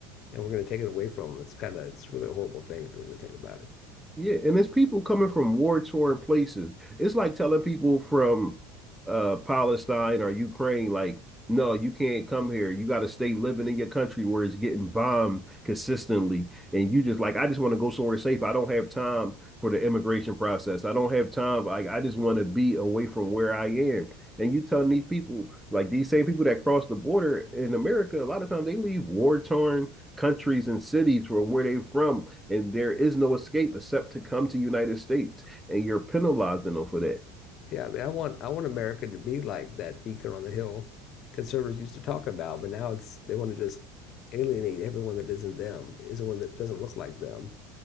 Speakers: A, on the left (about 50°); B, in the centre.
A: and we're going to take it away from them. It's kind of it's really a horrible thing if you really think about it.
B: Yeah, and it's people coming from war-torn places. It's like telling people from uh Palestine or Ukraine, like, no, you can't come here. You got to stay living in your country where it's getting bombed consistently. And you just like, I just want to go somewhere safe. I don't have time for the immigration process. I don't have time. Like, I just want to be away from where I am. And you telling these people, like these same people that cross the border in America, a lot of times they leave war-torn countries and cities where where they're from and there is no escape except to come to United States, and you're penalizing them for that.
A: Yeah, I mean, I want I want America to be like that beacon on the hill conservatives used to talk about, but now it's they want to just alienate everyone that isn't them, isn't one that doesn't look like them.